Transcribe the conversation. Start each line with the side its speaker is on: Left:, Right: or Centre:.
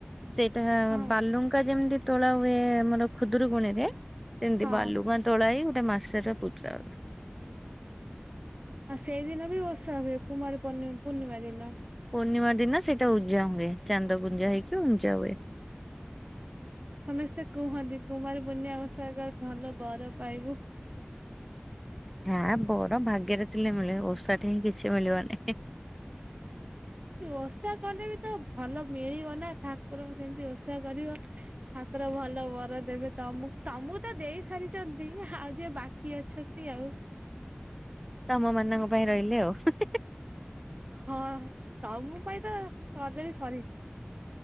Centre: ସେଇଟା
Right: ହଁ।
Centre: ବାଲୁଙ୍କା ଯେମିତି ତୋଳା ହୁଏ ଆମର ଖୁଦରୁକୁୁଣୀ ରେ, ସେମିତି
Right: ହଁ
Centre: ବାଲୁକାଁ ତୋଳା ହେଇ ଗୋଟେ ମାସରେ ପୂଜା ହ
Right: ଆ ସେଇଦିନ ବି ଓଷା ହୁଏ। କୁମାର ପର୍ଣି ପୂର୍ଣ୍ଣିମା ଦିନ।
Centre: ପୂର୍ଣ୍ଣିମା ଦିନ ସେଇଟା ଉଜାଁ ହୁଏ। ଚାନ୍ଦ ପୁଞ୍ଜା ହେଇକି ଉଞ୍ଜା ହୁଏ।
Right: ସମସ୍ତେ କୁହନ୍ତି, କୁମାରପୂର୍ଣ୍ଣିଆ ଓଷା କଲେ ଭଲ ବର ପାଇବୁ।
Centre: ହା, ବର ଭାଗ୍ୟରେ ଥିଲେ ମିଳେ। ଓଷାଠେଇଁ କିଛି ମିଳିବନି।
Right: ଓଷା କଲେ ବି ତ ଭଲ ମିଳିବ ନା, ଠାକୁରଙ୍କୁ ସେମତି ଓଷା କରିବ। ଠାକୁର ଭଲ ବର ଦେବେ ତମୁ ତମକୁ ତ ଦେଇ ସାରିଛନ୍ତି। ଆଉ ଯିଏ ବାକ କି ଅଛନ୍ତି ଆଉ!
Centre: ତମ ମାନଙ୍କ ପାଇଁ ରହିଲେ ଆଉ।
Right: ହଁ, ତମ ପାଇଁ ତ ଅଜରି ସରିଛି।